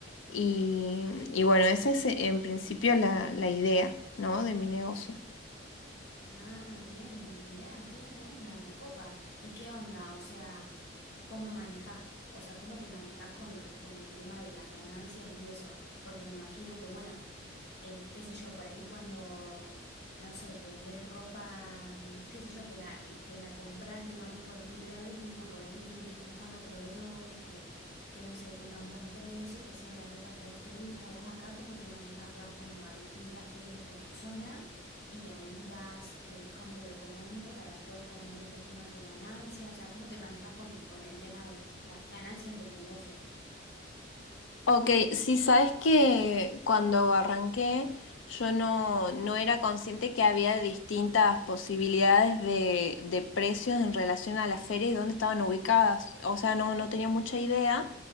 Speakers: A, on the left; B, on the left.
A: y, y bueno, esa es en principio la, la idea, ¿no? de mi negocio.
B: Ah, bien, mirá, qué buena onda, me copa. ¿Y qué onda? O sea, ¿cómo manejás, o sea, cómo te manejás con, con el tema de las ganancias y eso? Porque me imagino que, bueno, eh, qué sé yo, por ahí cuando, no sé, vendés ropa, mm, qué sé yo, que la, que la comprás, digamos, por primera vez, uno por ahí tiene que ir buscando proveedores que, que no se tengan buen precio, que sea la ropa que a vos te gusta. Vos acá, ¿cómo te manejás? Vas como a distintas ferias de tu zona y ahí vas eh, buscando lo económico para después ponerle un poquito más de ganancia. O sea, ¿cómo te manejás con, con el tema, las ganancias del negocio?
A: Ok, sí, sabes que cuando arranqué yo no, no era consciente que había distintas posibilidades de, de precios en relación a las ferias y dónde estaban ubicadas. O sea, no, no tenía mucha idea.